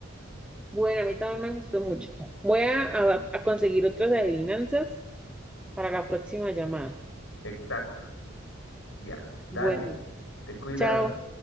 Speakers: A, in the centre; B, on the left.
A: Bueno, a mí también me gustó mucho. Voy a, a a conseguir otras adivinanzas para la próxima llamada.
B: Exacto. Ya, dale.
A: Bueno,
B: Te cuidas.
A: chao.